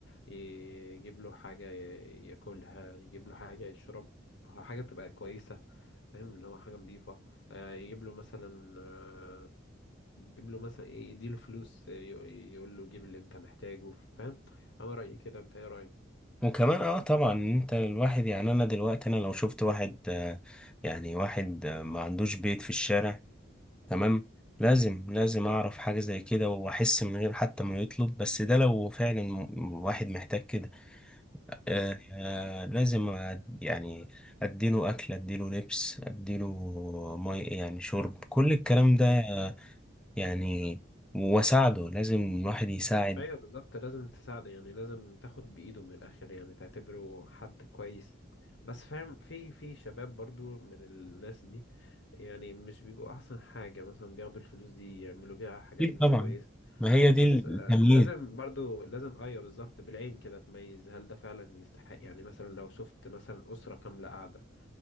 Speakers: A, on the left; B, in the centre.
A: يجيب له حاجه ي- ياكلها يجيب له حاجه يشربها حاجه تبقى كويسه فاهم اللي هو حاجه نظيفه آه، يجيب له مثلا آه، يجيب له مثلا إيه، يديله فلوس آه، ي- يقول له جيب اللي انت محتاجه فاهم انا رايي كده انت ايه رايك
B: وكمان اه طبعا انت الواحد يعني انا دلوقتي انا لو شفت واحد آه، يعني واحد آه، ما عندوش بيت في الشارع تمام لازم لازم اعرف حاجة زي كده واحس من غير حتى ما يطلب بس ده لو فعلا م- واحد محتاج كده آه آه، لازم أد- يعني اديله اكل اديله لبس اديله مي يعني شرب كل الكلام
A: مم.
B: ده آه، يعني واساعده لازم الواحد يساعد
A: ايوه بالظبط لازم تساعده يعني لازم تاخد بايده من الاخر يعني تعتبره حد كويس بس فاهم في في شباب برضو من الناس دي يعني مش بيبقوا احسن حاجة مثلا بياخدوا الفلوس دي يعملوا بيها حاجات
B: أكيد
A: مش
B: طبعا
A: كويس
B: ما هي دي
A: بس
B: التمييز
A: آه، لازم برضو لازم ايوه بالظبط بالعين كده تميز هل ده فعلا يستحق يعني مثلا لو شفت مثلا اسرة كاملة قاعدة